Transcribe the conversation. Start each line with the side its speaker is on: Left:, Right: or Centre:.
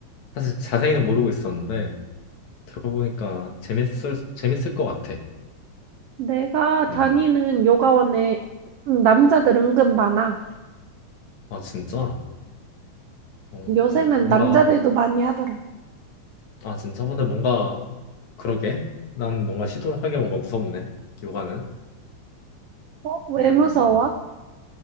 Left: 사실 자세히는 모르고 있었는데 들어보니까 재밌을, 재밌을 것 같아.
Right: 내가
Left: 음,
Right: 다니는 요가원에 음, 남자들 은근 많아.
Left: 아, 진짜? 어,
Right: 요새는
Left: 뭔가
Right: 남자들도 많이 하더라.
Left: 아, 진짜? 근데 뭔가, 그러게. 난 뭔가 시도를 하기가 뭔가 무섭네. 요가는.
Right: 어? 왜
Left: 음.
Right: 무서워?